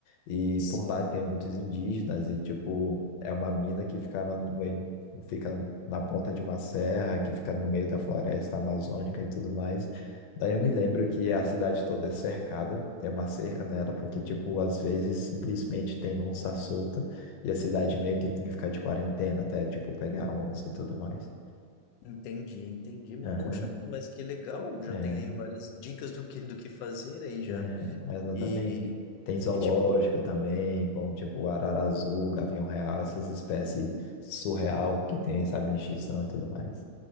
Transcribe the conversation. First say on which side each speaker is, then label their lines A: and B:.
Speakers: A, on the left; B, on the left.
A: E por
B: Sim,
A: lá tem muitos indígenas e, tipo, é uma mina que ficava no meio, fica na ponta de uma serra, que fica no meio da floresta amazônica e tudo mais. Daí eu me
B: Hum,
A: lembro que a cidade toda é cercada, tem uma cerca nela, porque, tipo, às vezes simplesmente tem onça solta. E a cidade meio que tinha que ficar de quarentena até, tipo, pegar onça e tudo mais.
B: entendi, entendi.
A: Aham,
B: Poxa, mas que legal, já
A: é,
B: tem aí várias dicas do que do que fazer aí já.
A: é, exatamente.
B: E,
A: Tem zoológico
B: e tipo,
A: também, com, tipo, arara azul, gavião real, essas espécies surreal
B: uhum.
A: que tem, sabe, extinção e tudo mais.